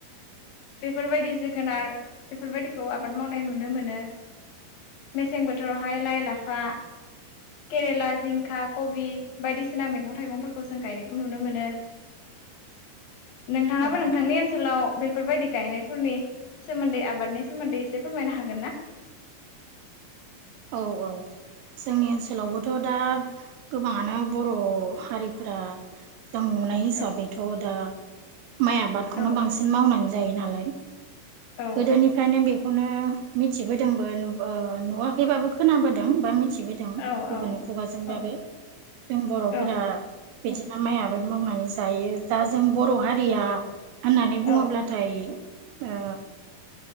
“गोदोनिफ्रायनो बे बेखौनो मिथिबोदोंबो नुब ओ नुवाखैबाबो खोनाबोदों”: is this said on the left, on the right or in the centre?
Right